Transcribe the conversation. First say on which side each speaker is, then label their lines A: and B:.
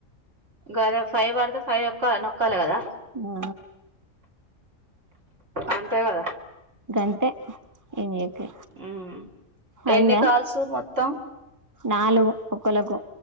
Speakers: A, on the right; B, on the right.
A: గదే ఫైవ్ వాడుతే ఫైవ్ ఒక్క నొక్కాలే కదా
B: ఆ
A: అంతే కదా
B: గంతే ఏం చేతు
A: ఉమ్
B: అయిందా
A: ఎన్ని కాల్సు మొత్తం
B: నాలుగు ఒకలకు